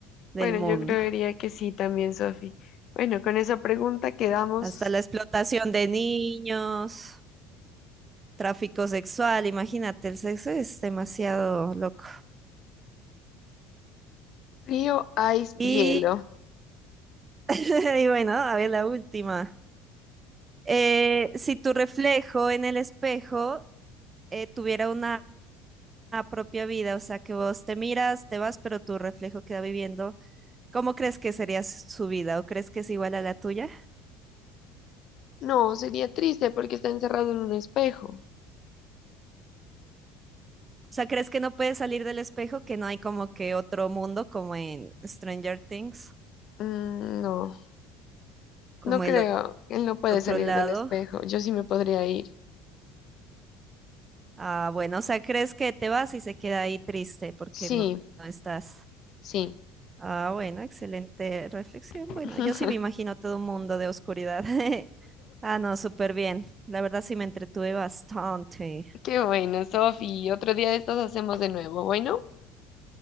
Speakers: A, on the right; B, on the left.
A: del
B: Bueno,
A: mundo.
B: yo creería que sí también, Sofi. Bueno, con esa pregunta quedamos
A: Hasta la explotación de niños, tráfico sexual, imagínate, el sexo es demasiado loco.
B: Frío, ice,
A: Y,
B: hielo.
A: <laughs> y bueno, a ver la última. Eh, si tu reflejo en el espejo eh, tuviera una a propia vida, o sea, que vos te miras, te vas, pero tu reflejo queda viviendo. ¿Cómo crees que sería s- su vida o crees que es igual a la tuya?
B: No, sería triste porque está encerrado en un espejo.
A: O sea, ¿crees que no puedes salir del espejo, que no hay como que otro mundo como en Stranger Things,
B: Mm, no,
A: como
B: no creo.
A: el o-
B: Él no puede
A: otro
B: salir
A: lado?
B: del espejo. Yo sí me podría ir.
A: Ah, bueno, o sea, ¿crees que te vas y se queda ahí triste porque
B: Sí,
A: no, no estás?
B: sí.
A: Ah, bueno, excelente reflexión.
B: <laughs>
A: Bueno, yo sí me imagino todo un mundo de oscuridad. <laughs> Ah, no, súper bien. La verdad sí me entretuve bastante.
B: Qué bueno, Sofi. Otro día de estos hacemos de nuevo. Bueno,